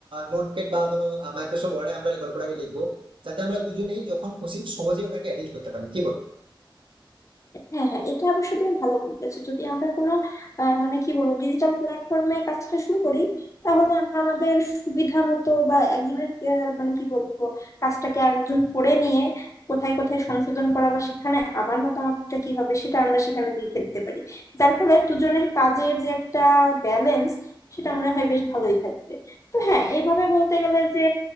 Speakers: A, on the right (about 75°); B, on the left (about 40°).
A: নোটপ্যাড বা কোনো মাইক্রোসফট ওয়ার্ডে আমরা এই গল্পটাকে লিখবো যাতে আমরা দুজনেই যখন খুশি সহজে ওটাকে এডিট করতে পারি কি বল
B: হ্যাঁ হ্যাঁ এটা অবশ্য তুমি ভালো বলেছো যদি আমরা কোনো আহ, মানে কি বলবো ডিজিটাল প্ল্যাটফর্মে কাজটা শুরু করি তাহলে আমরা আমাদের সুবিধা মতো বা একজনের আহ, মানে কি বলবো কাজটাকে আরেকজন পড়ে নিয়ে কোথায় কোথায় সংশোধন করা বা সেখানে আমার মতামতটা কি হবে সেটা আমরা সেখানে লিখে দিতে পারি যার ফলে দুজনের কাজের যে একটা ব্যালেন্স সেটা মনে হয় বেশ ভালোই থাকবে তো হ্যাঁ এভাবে বলতে গেলে যে